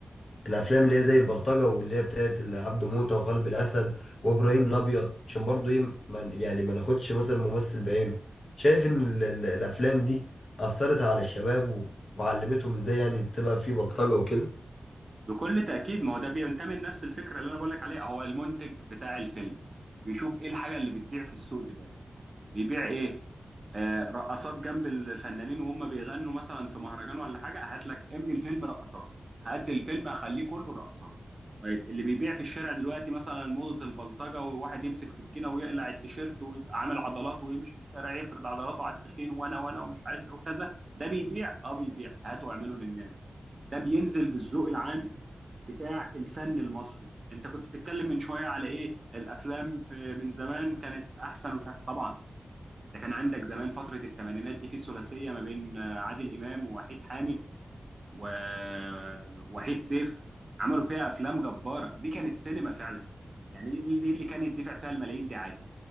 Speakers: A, on the left; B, on the right.
A: الافلام اللي هي زي البلطجه واللي هي بتاعت عبده موته وقلب الاسد وابراهيم الابيض عشان برضو ايه ما- يعني ما ناخدش مثلا ممثل بعينه شايف ان ال- ال- الافلام دي اثرت على الشباب و- وعلمتهم ازاي يعني تبقى في بلطجه وكده
B: بكل تاكيد ما هو ده بينتمي لنفس الفكره اللي انا بقول لك عليها هو المنتج بتاع الفيلم بيشوف ايه الحاجه اللي بتبيع في السوق دلوقتي بيبيع ايه آه، رقصات جنب الفنانين وهم بيغنوا مثلا في مهرجان ولا حاجه هات لك املي الفيلم رقصات هات الفيلم اخليه كله رقصات طيب اللي بيبيع في الشارع دلوقتي مثلا موضه البلطجه وواحد يمسك سكينه ويقلع التيشيرت ويبقى عامل عضلات ويمشي في الشارع يفرد عضلاته على التخين وانا وانا ومش عارف ايه وكذا ده بيبيع اه بيبيع هاته واعمله للناس ده بينزل بالذوق العام بتاع الفن المصري انت كنت بتتكلم من شويه على ايه الافلام في من زمان كانت احسن ومش عارف طبعا ده كان عندك زمان فترة الثمانينات دي في ثلاثية ما بين آه، عادل إمام ووحيد حامد ووحيد سيف عملوا فيها أفلام جبارة دي كانت سينما فعلا يعني دي, دي دي اللي كانت دفع فيها الملايين دي عادي